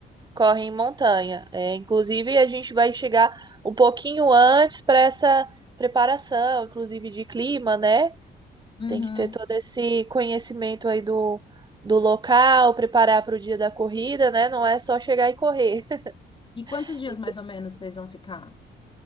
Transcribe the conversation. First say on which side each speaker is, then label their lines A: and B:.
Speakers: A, on the right; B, on the left.
A: Corre em montanha. É, inclusive, a gente vai chegar um pouquinho antes para essa preparação, inclusive de clima, né?
B: Uhum.
A: Tem que ter todo esse conhecimento aí do, do local, preparar para o dia da corrida, né? Não é só chegar e correr. <laughs>
B: E quantos dias
A: Então,
B: mais ou menos vocês vão ficar?